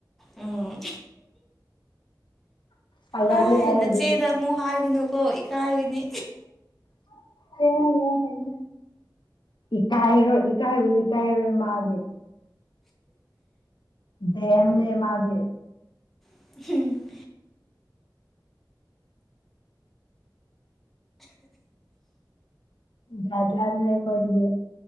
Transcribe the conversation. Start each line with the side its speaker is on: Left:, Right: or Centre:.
Centre: ꯎꯝ
Left: ꯍꯥꯏꯒꯠꯂꯦ
Centre: ꯍꯥꯏ
Left: ꯑꯩ
Centre: ꯅꯆꯦꯗ ꯑꯃꯨꯛ ꯍꯥꯏꯒꯅꯨꯀꯣ ꯏꯀꯥꯏꯒꯅꯤ
Left: <unintelligible> ꯏꯀꯥꯏꯔꯣꯏ ꯏꯀꯥꯏꯕꯗꯤ ꯏꯀꯥꯏꯔꯣꯏ ꯃꯥꯗꯤ ꯗꯦꯝꯅꯦ ꯃꯥꯒꯤ
Centre: <unintelligible>
Left: ꯖꯥꯠ ꯖꯥꯠꯅꯦ ꯑꯩꯈꯣꯏꯗꯗꯤ